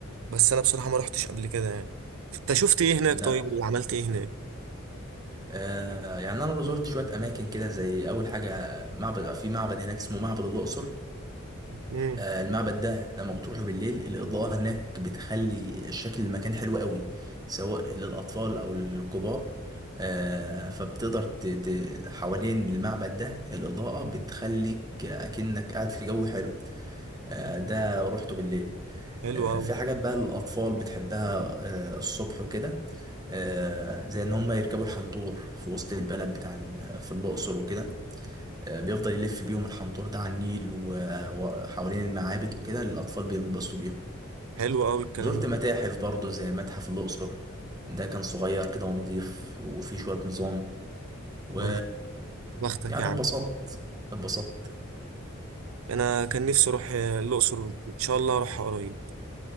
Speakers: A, on the right (about 80°); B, on the right (about 20°).
A: بس انا بصراحة ما رحتش قبل كده يعني انت شفت ايه هناك
B: لا
A: طيب وعملت ايه هناك
B: آه، يعني أنا زرت شوية أماكن كده زي أول حاجة معبد في معبد هناك اسمه معبد الأقصر
A: امم
B: آه، المعبد ده لما بتروحوا بالليل الإضاءة هناك بتخلي شكل المكان حلو قوي سواء للأطفال أو للكبار آه، فبتقدر ت... ت... حوالين المعبد ده الإضاءة بتخليك أكنك قاعد في جو حلو آه، ده روحته بالليل
A: حلو
B: آه،
A: قوي
B: في حاجات بقى للأطفال بتحبها آه، الصبح وكده آه، زي إن هم يركبوا الحنطور في وسط البلد بتاع ال... في الأقصر وكده آه، بيفضل يلف بيهم الحنطور ده على النيل و- وحوالين المعابد وكده الأطفال بينبسطوا بيهم
A: حلو قوي الكلام
B: زرت
A: ده
B: متاحف برضو زي متحف الأقصر ده كان صغير كده ونضيف وفيه شوية نظام و
A: والله بختك
B: يعني
A: يا عم
B: اتبسطت اتبسطت
A: انا كان نفسي اروح آه، الاقصر ان شاء الله اروح قريب